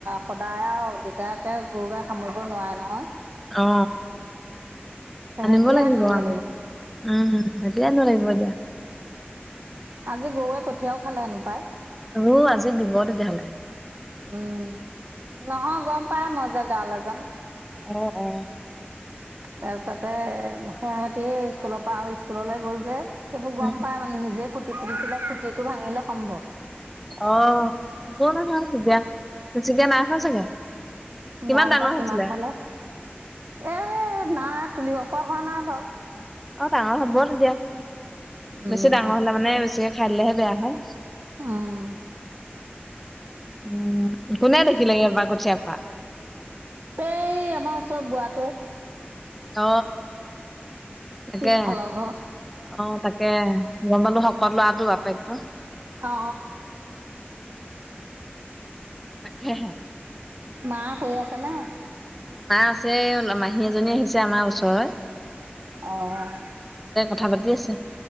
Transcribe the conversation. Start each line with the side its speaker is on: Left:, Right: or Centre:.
Right: সদায় আৰু দেতাকে গৰু- গাই সামৰিব নোৱাৰে নহয়।
Centre: অ
Right: সেহেঁতিয়ে
Centre: আনিব লাগিব
Right: আনিবগৈ
Centre: আৱ। উম হেতিয়েতো লাগিব এতিয়া।
Right: আজি গৰুৱে কঠিয়াও খালে সেনো পায়।
Centre: উ আজি দিব তেতিয়াহলে
Right: উম, নহয় গম পাই মই যে গাৱলে যাম।
Centre: অহ অ
Right: তাৰপিছতে সিহতি স্কুলৰ পৰা আৰু স্কুললে গ'ল যে সেইবোৰ
Centre: উম,
Right: গম পাই মানে নিজে খুট খুটিপুতিছিলে খুটিটো ভাঙিলে সম্ভৱ।
Centre: অ একো নহয় তেতিয়া বেছিকে নাই খোৱা চাগে কিমান
Right: জানোপাই
Centre: ডাঙৰ
Right: কিমান
Centre: হৈছিলে?
Right: খালে এ নাই তুলিব পৰা হোৱা নাই বাৱ
Centre: অ ডাঙৰ হ'ব তেতিয়া
Right: উম
Centre: বেছি ডাঙৰ হলে মানে বেছিকে খাই দিলেহে বেয়া হয়
Right: উম
Centre: উম কোনে দেখিলে বা কঠীয়া খোৱা?
Right: এই আমাৰ ওচৰ বোৱাটোৱে।
Centre: অ তাকে
Right: পিছফালৰ ঘৰ
Centre: অ তাকে তাকে গম পালো শকত লৱাটো বাপেকতো
Right: অ
Centre: তাকেহে
Right: মা শুই আছে নে?
Centre: মা আছে মাহী এজনী আহিছে আমাৰ ওচৰই
Right: অঁ
Centre: কথা পাতি আছে